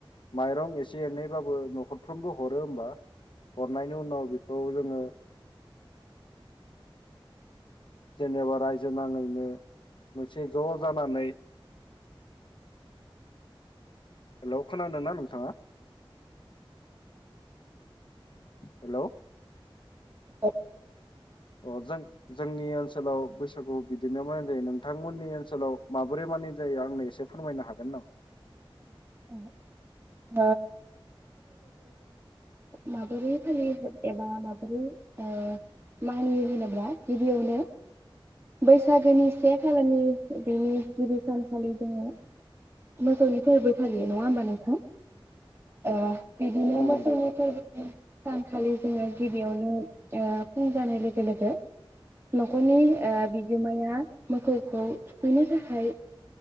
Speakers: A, on the left; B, on the right.
A: माइरं एसे एनैबाबो न'खरफ्रोमबो हरो होनबा। हर नायनि उनाव बे औ जोंङो जेनेबा रायजो नाङैनो मोनसे ज' जानानै। हेलौ खोनादोंना नोंथाङा? हेलौ
B: औ।
A: अ जों जोंनि ओनसोलाव बैसागु बिदिनो मानि जायो नोंथांमोननि ओनसोलाव माबोरै मानि जायो आंनो एसे फोरमायनो हागोन नामा?
B: <unintelligible> माबोरै फालि। एबा माबोरैओ मानियो होनोब्ला गिबियावनो बैसागोनि से खालारनि बेनि गिबि सानखालि जोंङो मोसौनि फोरबो। फलियो नङा होमबा नोंथां ओ। बिदिनो
A: औ
B: मोसौनि
A: नंगौ
B: फोरबोखौ। सानखालि जोंङो गिबियावनो ओ फुं जानाय लोगो लोगो न'खरनि बिगोमाया मोसौखौ थुखैनो थाखाय